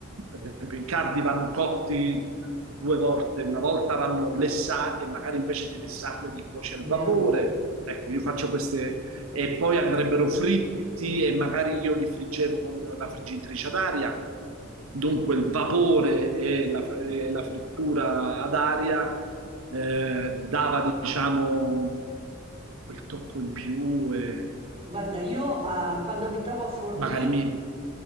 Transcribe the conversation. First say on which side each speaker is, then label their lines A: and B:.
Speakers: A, on the right; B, on the right.
A: per esempio i cardi vanno cotti due volte, una volta vanno lessati e magari invece di lessarli li cuoci al
B: vero?
A: vapore. Ecco, io faccio queste e poi andrebbero fritti e magari io li friggevo con la friggitrice ad aria. Dunque il vapore e la, e la frittura ad aria eh, dava, diciamo, quel tocco in più e,
B: Guarda, io ah, quando abitavo a Forlì,
A: e magari mi...